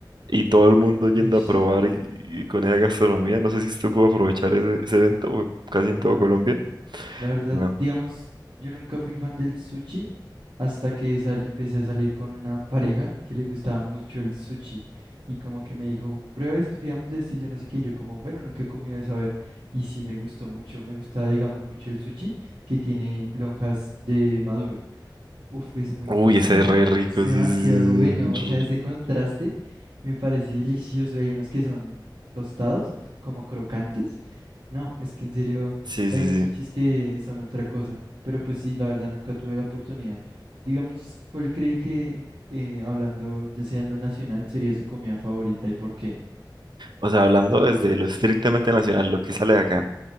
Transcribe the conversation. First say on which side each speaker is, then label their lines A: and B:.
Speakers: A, on the right (about 65°); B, on the right (about 85°).
A: y todo el mundo yendo
B: Uy,
A: a probar y, y con esa gastronomía. No sé si usted pudo aprovechar ese, ese evento, fue casi en
B: no.
A: todo Colombia.
B: La verdad,
A: No.
B: digamos, yo nunca fui fan del sushi hasta que sal- empecé a salir con una pareja que le gustaba mucho el sushi y como que me dijo, prueba esto, pidamos de este y yo no sé qué, y yo como, bueno, nunca he comido eso, a ver, y sí me gustó mucho, me gustaba, digamos, mucho el sushi que tiene lonjas de maduro. Uf, es muy
A: Uy,
B: bueno,
A: ese es re rico,
B: es demasiado
A: sí, sí,
B: bueno. O
A: sí.
B: sea, ese contraste me parece delicioso. Hay unos que son tostados, como crocantes. No, es que en serio,
A: Sí,
B: hay
A: sí,
B: unos
A: sí.
B: sushis que son otra cosa. Pero pues sí, la verdad nunca tuve la oportunidad. Digamos, ¿cuál cree que, en- eh, hablando ya sea en lo nacional, sería su comida favorita y por qué?
A: O sea, hablando desde lo estrictamente nacional, lo que sale de acá,